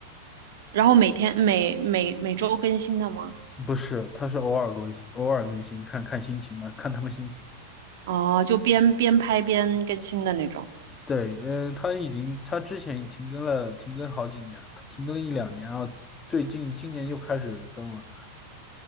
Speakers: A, on the right; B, on the left.
A: 然后每天每每每周更新的吗？
B: 不是，它是偶尔更新，偶尔更新，看看心情吧，看他们心情。
A: 哦，就边边拍边更新的那种。
B: 对，嗯，它已经，它之前停更了，停更好几年，它停更了一两年啊，最近今年又开始更了。